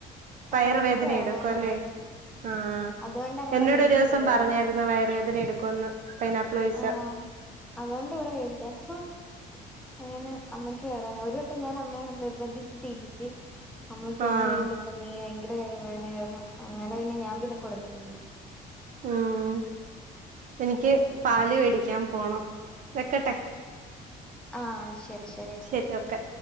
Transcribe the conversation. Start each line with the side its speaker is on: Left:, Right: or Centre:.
Centre: ഞങ്ങടെ
Right: പയർ
Centre: അമ്മയ്ക്ക്
Right: വേദന
Centre: വയറുവേനയാ
Right: എടുക്കല്ലേ ആഹ്
Centre: അതുകൊണ്ട് അങ്ങനെ
Right: എന്നോട്
Centre: മേടിക്കത്തില്ല
Right: ഒരു ദിവസം
Centre: ഇവിടെ
Right: പറഞ്ഞായിരുന്നു വയറ് വേദന എടുക്കുന്ന് പൈനാപ്പിൾ കയിച്ച
Centre: ആഹ് അതുകൊണ്ട് ഇവിടെ മേടിക്കാ സു അങ്ങനെ അമ്മയ്ക്ക് വയറുവേദന ഒരു വട്ടം ഞാൻ അമ്മ നിർബന്ധിച്ച് തിറ്റിച്ച് അമ്മക്കന്ന
Right: ആഹ്
Centre: എന്റെ പൊന്നേ ഭയ്ങ്കര വയറ് വേനായിരുന്നു അങ്ങനെ പിന്നെ ഞാൻ പിന്നെ കൊടുത്തിട്ടില്ല
Right: ഉം എനിക്ക് പാല് മേടിക്കാൻ പോണം വെക്കെട്ടെ
Centre: ആഹ് ശെരി ശ്
Right: ശെരി ഒക്കെ